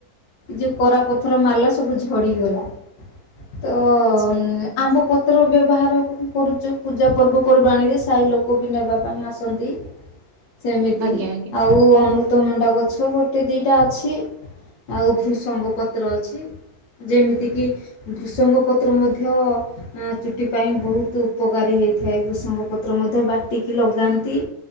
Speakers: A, on the left; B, on the right.
A: ଯେ କରାପଥର ମାରଲା ସବୁ ଝଡ଼ିଗଲା, ତ ଅ,
B: ଆଚ୍ଛା
A: ଉଁ, ଆ, ଆମ୍ବ ପତ୍ର ବ୍ୟବହାର କରୁଚୁ, ପୂଜା ପର୍ବପର୍ବାଣୀରେ ସାଇ ଲୋକ ବି ନେବା ପାଇଁ ଆସନ୍ତି। ସେମିତି
B: ଆଜ୍ଞା ଆଜ୍ଞା
A: ଆଉ ଆମ ତମୁଣ୍ଡା ଗଛ ଗୋଟେ ଦିଟା ଅଛି, ଆଉ ଭୃଷଙ୍ଗ ପତ୍ର ଅଛି। ଯେମିତିକି ବୃଷଙ୍ଗ ପତ୍ର ମଧ୍ୟ ଅ ଚୁଟି ପାଇଁ ବହୁତ ଉପକାରୀ ହୋଇଇଥାଏ। ଭୃଷଙ୍ଗ ପତ୍ର ମଧ୍ୟ ବାଟିକି ଲଗାନ୍ତି।